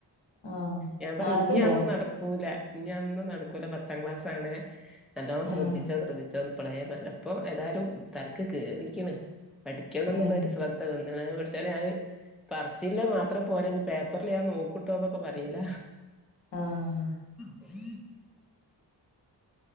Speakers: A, on the left; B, in the centre.
A: ആഹ്
B: ഞാൻ പറ
A: മാർക്ക്ണ്ടോ
B: ഇനി അതൊന്നും നടക്കൂല ഇനി അതൊന്നും നടക്കൂല പത്താം ക്ലാസ്ണ് നല്ലോ ശ്രദ്ധിച്ചോ
A: ഉം
B: ശ്രദ്ധിച്ചോ അപ്പളയേ പറപ്പ ഏായാലും തലക്ക് കേറിക്ക്ണ് പഠിക്കണം എന്നുള്ള
A: ഉം
B: ഒരു ശ്രദ്ധ വ പടച്ചോനെ അത് പറചിൽ മാത്രം പോല ഇനി പേപ്പറൽ ഞാൻ നോക്കൂട്ടോന്നൊക്കെ പറയില്ല
A: ആഹ
B: <unintelligible>